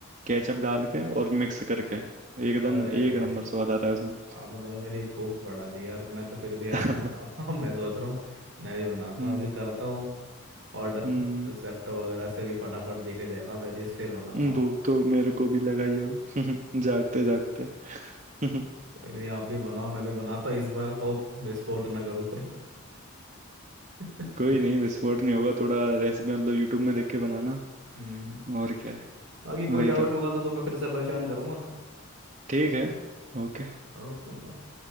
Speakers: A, on the right; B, on the right.
A: केचप डाल के और मिक्स करके एकदम
B: अरे
A: एक नंबर स्वाद आता है उसमें
B: आपने तो मेरी भूख बढ़ा दी यार मैं तो फिर भी ऐसे
A: <laughs>
B: ही बनाता हूँ <laughs> मैं सोच रहा हूँ मैं भी बनाता
A: हम्म
B: हूँ अभी करता हूँ ऑर्डर
A: हम्म
B: जेप्टो वगैरह से भी फटाफट देके जाएगा वेजेस फिर बनाता हूँ
A: भूख तो मेरे को भी लगा ही अब <laughs> जागते जागते <laughs>
B: कोई नहीं आप भी बनाओ मैं भी बनाता हूँ इस बार होप विस्फोट ना करूँ कोई <laughs>
A: कोई नहीं विस्फोट नहीं होगा थोड़ा रेसिपी मतलब यूट्यूब में देख के बनाना
B: हम्म
A: और क्या है
B: बाकी
A: वही
B: कोई डाउट
A: तो
B: होगा तो तुम्हें फिर से परेशान करूंगा
A: ठीक है ओके
B: Okay bye